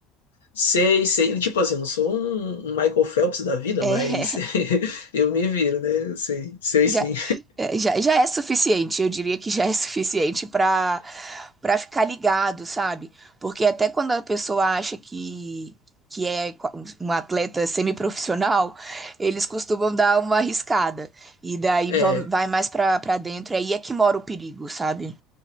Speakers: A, on the left (about 85°); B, on the right (about 20°).
A: Sei, sei. Tipo assim, não sou um um Michael Phelps da vida,
B: É,
A: mas <laughs> eu me viro, né? Sei, sei
B: <laughs> já,
A: sim.
B: é, já, já é suficiente. Eu diria que já é suficiente para para ficar ligado, sabe? Porque até quando a pessoa acha que que é qua- um atleta semiprofissional, eles costumam dar uma arriscada. E daí
A: É,
B: vão- vai mais para para dentro. Aí é que mora o perigo, sabe?